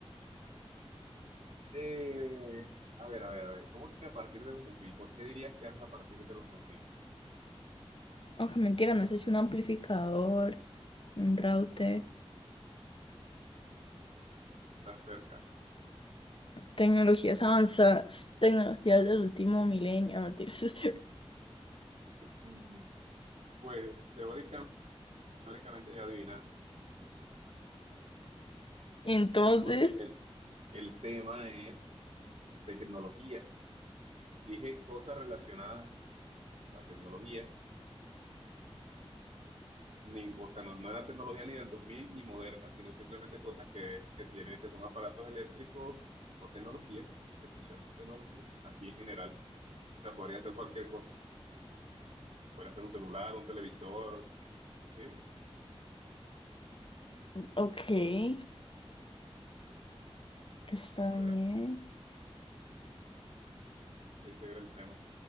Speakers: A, on the right; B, on the left.
A: Eh, a ver, a ver, a ver, ¿cómo que a partir de los 2000? ¿Por qué dirías que es a partir de los dos mil
B: Aunque mentira, no sé si un amplificador, un router,
A: Estás cerca.
B: tecnologías avanzadas, tecnologías del último milenio, no mentiras. <laughs>
A: Mm. Pues teórica- teóricamente ya adivinaste,
B: Entonces,
A: porque el, el tema es tecnología. Dije cosas relacionadas a la tecnología ni, o sea, no, no era tecnología ni del 2000 ni moderna, sino simplemente cosas que, que tienen, que son aparatos eléctricos o tecnología, que funcionan con tecnología, así en general. O sea, podría hacer cualquier cosa, podría hacer un celular, un televisor, sí,
B: ok, está
A: eso
B: bien.
A: era, ese era el tema.